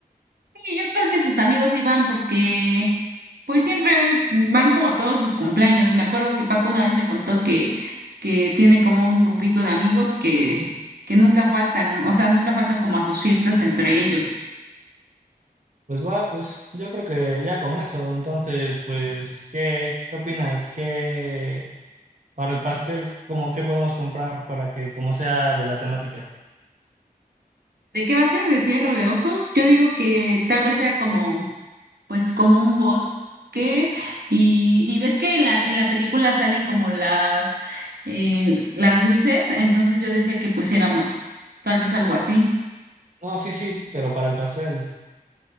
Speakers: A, on the right; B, on the right.
A: Sí, yo creo que sus amigos iban porque pues siempre van como a todos sus cumpleaños. Me acuerdo que Paco una vez me contó que, que tiene como un grupito de amigos que, que nunca faltan, o sea, nunca faltan como a sus fiestas entre ellos.
B: Pues va, pues yo creo que ya con eso, entonces pues, ¿qué, qué opinas? ¿Qué... Para el pastel, ¿cómo qué podemos comprar para que, como sea de la temática?
A: ¿De qué va a ser? ¿De Tierra de Osos? Yo digo que tal vez sea como, pues como un bosque y, y ves que en la, en la película salen como las, eh, las luces, entonces yo decía que pusiéramos tal vez algo así.
B: No, sí, sí, pero para el pastel.